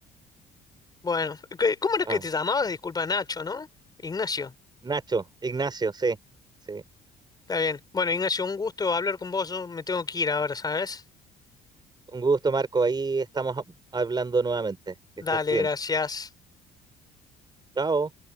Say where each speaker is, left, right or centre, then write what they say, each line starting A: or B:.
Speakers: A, on the left; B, on the right.
A: Bueno, ¿qué- ¿cómo era
B: Ah,
A: que te llamabas? Disculpa, Nacho, ¿no? Ignacio.
B: Nacho, Ignacio, sí, sí.
A: Está bien. Bueno, Ignacio, un gusto hablar con vos. Yo me tengo que ir ahora, ¿sabes?
B: Un gusto, Marco. Ahí estamos hablando nuevamente.
A: Dale,
B: Que estés bien.
A: gracias.
B: Chao.